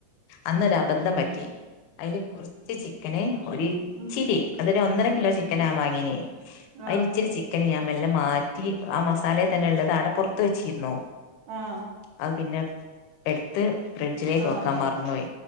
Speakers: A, on the left (about 80°); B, on the right (about 75°).
A: അന്നൊരബദ്ധം പറ്റി ഐല് കൊർച്ച് ച്ച് ചിക്കന് ഒരിച്ചിരി
B: ഉം
A: അതൊരു ഒന്നര
B: ഉം
A: കിലോ ചിക്കന ആ മാങ്ങിനേ അയിന്
B: ആഹ്
A: ഇച്ചിരി ചി. ചിക്കന് ഞാൻ മെല്ലെ മാറ്റി ആ മസാലെ തന്നെ ഉള്ളത് ആടെപ്പൊറത്ത് വെച്ചിരുന്നു
B: ആഹ്
A: അത് പിന്നെ എട്ത്ത് ഫ്രിഡ്ജിലേക്ക്
B: വെക്കാൻ
A: വക്ക
B: മറന്നു
A: <unintelligible> യി.